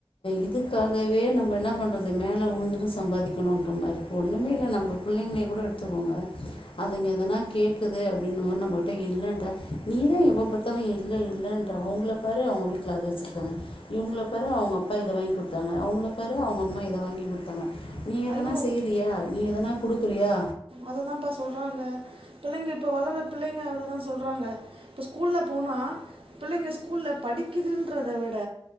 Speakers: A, on the left; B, on the right.
A: இதுக்காகவே நம்ம என்ன பண்றது மேலே உழுந்துட்டு சம்பாதிக்கணுன்ற மாரி ருக்கு ஒன்னுமே இல்ல நம்ம புள்ளெங்க கூட எடுத்துக்கோங்க அதுங்க எதனா கேக்குது அப்டின்னுமென நம்மட்ட இல்லன்ற நீதா எப்ப ப த்தாலு இல்ல இல்லன்ற அவங்கள பாரு அவங்க வீட்ல அது வச்சிருக்காங்க இவங்கள பாரு அவங்க அப்பா இத வாங்கி குத்தாங்க அவங்கள பாரு அவங்க அம்மா இத வாங்கி குத்தாங்க நீ எதனா
B: ஐயோ
A: செய்யிறியா நீ எதனா குடுக்குறியா
B: அததாம்பா சொல்றாங்க பிள்ளைங்க இப்ப வளர்ர பிள்ளைங்க அததா சொல்றாங்க இப்ப ஸ்கூல்ல போனா பிள்ளைங்க ஸ்கூல்ல படிக்குதுன்றத விட